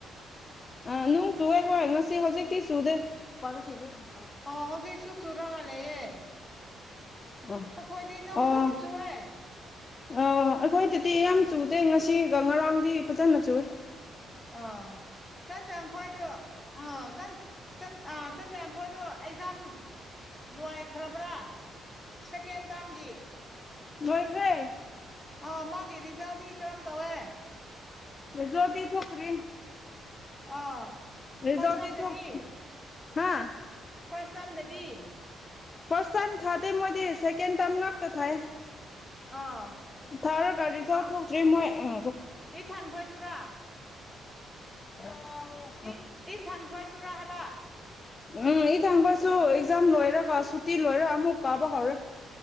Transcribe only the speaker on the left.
ꯑꯥ ꯅꯣꯡ ꯆꯨꯨꯋꯦ ꯍꯣꯏ ꯉꯁꯤ ꯍꯧꯖꯤꯛꯇꯤ ꯆꯨꯗꯦ <unintelligible>
ꯕ
ꯑꯣ
ꯑꯥ ꯑꯩꯈꯣꯏꯗꯗꯤ ꯌꯥꯝ ꯆꯨꯗꯦ ꯉꯁꯤꯒ ꯉꯔꯥꯡꯗꯤ ꯐꯖꯅ ꯆꯨꯋꯦ
ꯂꯣꯏꯈ꯭ꯔꯦ
ꯔꯤꯖꯜꯗꯤ ꯊꯣꯛꯇ꯭ꯔꯤ
ꯔꯤꯖꯜꯗꯤ
ꯊꯣꯛ ꯍꯥꯥ
ꯐꯥꯔꯁ ꯇꯥꯏꯝ ꯊꯥꯗꯦ ꯃꯣꯏꯗꯤ ꯁꯦꯀꯦꯟ ꯇꯥꯏꯝ ꯉꯥꯛꯇ ꯊꯥꯏꯌꯦ
ꯊꯥꯔꯒ ꯔꯤꯖꯜ
ꯊꯣꯛꯇ꯭ꯔꯤ ꯃꯣꯏ ꯑꯝ
<unintelligible> <unintelligible>
ꯎꯝ ꯏ ꯊꯪꯈꯣꯏꯁꯨ ꯑꯦꯛꯖꯥꯝ ꯂꯣꯏꯔꯒ ꯁꯨꯇꯤ ꯂꯣꯏꯔ ꯑꯃꯨꯛ ꯀꯥꯕ ꯍꯧꯔꯦ